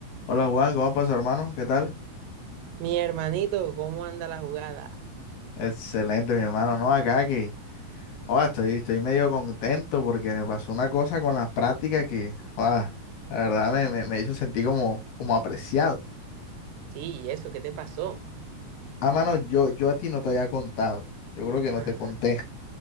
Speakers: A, on the left; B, on the right.
A: Hola Juan, ¿cómo pasó hermano? ¿Qué tal?
B: Mi hermanito, ¿cómo anda la jugada?
A: Excelente, mi hermano. No, acá que, joda, estoy, estoy medio contento porque me pasó una cosa con las prácticas que, joda, la verdad me, me- me hizo sentir como, como apreciado.
B: Sí, ¿y eso, ¿qué te pasó?
A: Ah, mano, yo, yo a ti no te había contado. Yo creo que no
B: Ajá.
A: te conté.